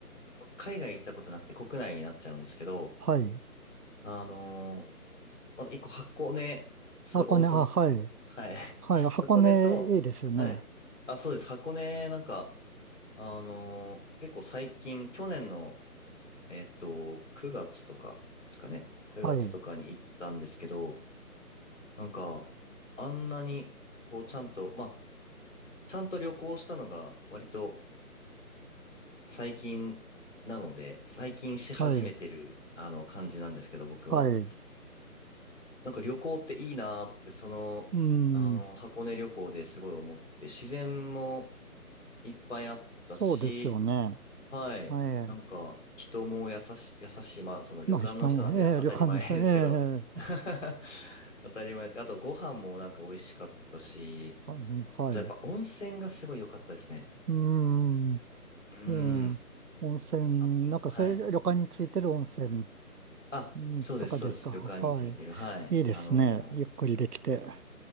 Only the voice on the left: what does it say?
海外行ったことなくて国内になっちゃうんですけど、
あのーまず一個箱根、すごいオーソドックスですけど、
はい。<laughs>
箱根と、はい。あ、そうです。箱根、なんか、あのー結構最近、去年の、えっと、9月とかですかね。9月とかに行ったんですけど、
なんか、あんなに、こう、ちゃんと、まあ、ちゃんと旅行したのが割と最近なので、最近し始めてる、
あの、感じなんですけど、僕は。
なんか旅行っていいなーって、その、
あの、箱根旅行ですごい思って、自然もいっぱいあったし、
はい、
なんか人も優しい、優しい、まあ、その旅館の人なんで当たり前ですけど、
<laughs> 当たり前ですけど、あとご飯もなんか美味しかったし、
あとやっぱ温泉がすごい良かったですね。
うーん。
あ、
はい。あ、
そうです、そうです。旅館についてる。
はい。
あのー